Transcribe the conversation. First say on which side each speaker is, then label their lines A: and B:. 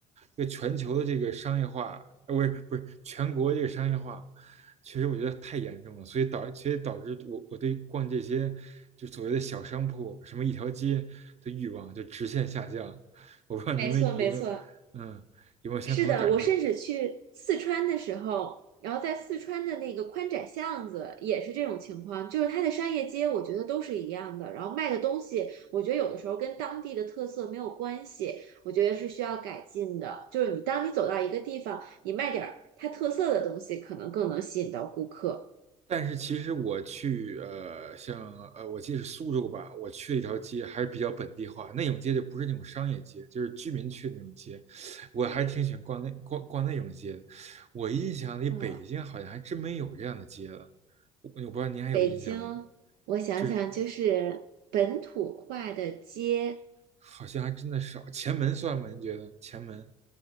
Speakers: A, on the right; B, on the right.
A: 这个全球的这个商业化，呃，不是不是全国这个商业化，其实我觉得太严重了，所以导其实导致我我对逛这些就所谓的小商铺，什么一条街的欲望就直线下降，我不知道你们有没有。
B: 没错，没错。
A: 嗯，有没有相同的感受？
B: 是的，我甚至去四川的时候，然后在四川的那个宽窄巷子也是这种情况，就是它的商业街，我觉得都是一样的，然后卖的东西，我觉得有的时候跟当地的特色没有关系，我觉得是需要改进的。就是你当你走到一个地方，你卖点儿它特色的东西，可能更能吸引到顾客。
A: 但是其实我去呃，像呃，我记得是苏州吧，我去了一条街还是比较本地化，那种街就不是那种商业街，就是居民区的那种街，我还挺喜欢逛那逛逛那种街的。我印象里北京好像还真没有这样的街了，
B: 嗯，
A: 我我不知道您还有印象吗？
B: 北京，我想想，
A: 就是
B: 就是本土化的街。
A: 好像还真的少。前门算吗？您觉得前门？